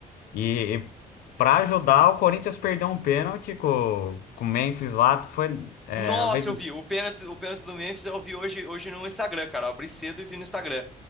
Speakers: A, on the left; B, in the centre.
A: E, e para ajudar, o Corinthians perdeu um pênalti com, com o Memphis lá. Foi, é,
B: Nossa,
A: a vez-
B: eu vi. O pênalti, o pênalti do Memphis eu vi hoje, hoje no Instagram, cara. Eu abri cedo e vi no Instagram.